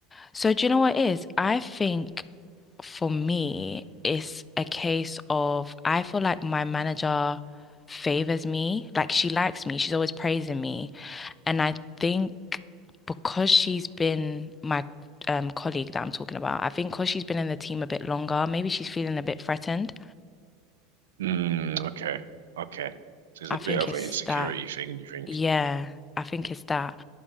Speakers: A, on the left; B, on the right.
A: so do you know what it is? I think for me, it's a case of I feel like my manager favors me. Like she likes me. She's always praising me. And I think because she's been my um, colleague that I'm talking about, I think because she's been in the team a bit longer, maybe she's feeling a bit threatened.
B: Mm, okay. Okay. So it's
A: I
B: a bit
A: think
B: of
A: it's
B: an insecurity
A: that.
B: thing, you think?
A: Yeah, I think it's that.